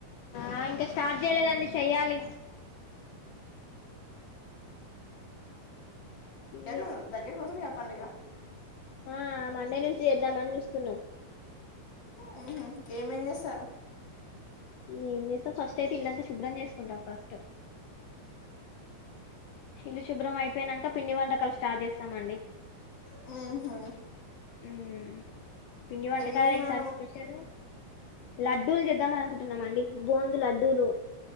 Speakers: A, on the left; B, on the left.
A: ఆ ఇంకా స్టార్ట్ చేయలేదండి చెయ్యాలి
B: ఎడు
A: మీ
B: దగ్గర కోసం చే పండుగ
A: ఆ మండే నుంచి చేద్దామని చూస్తున్నాం
B: హ్మ హ్మ ఏమేం చేస్తారు
A: ఏం చేస్తాం ఫస్ట్ అయితే ఇల్లంతా శుభ్రం చేసుకుంటాం ఫస్ట్ ఇల్లు శుభ్రం అయిపో పోయినాక పిండి వంటకాలు స్టార్ట్ చేస్తామండి
B: హ్మ హ్మ
A: హ్మ పిండి వంటకాలు
B: ఏమేమి
A: ఈసారి స్పెషల్ లడ్ ూల్లు చేద్దామ అకుంటున్నామండి బోందు లడ్డూలు